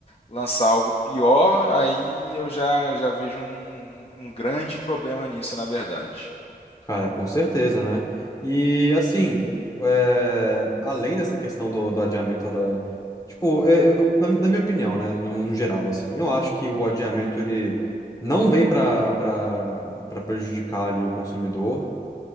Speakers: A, on the left (about 35°); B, on the left (about 20°).
A: lançar algo pior, aí eu já, já vejo um, um grande problema nisso, na verdade.
B: Cara, com certeza, né? E assim, é, além dessa questão do, do adiamento, ela. Tipo, eu, eu- eu- na, mi- na minha opinião, né? No, no geral, assim, eu acho que o adiamento ele não vem para para prejudicar ali o consumidor.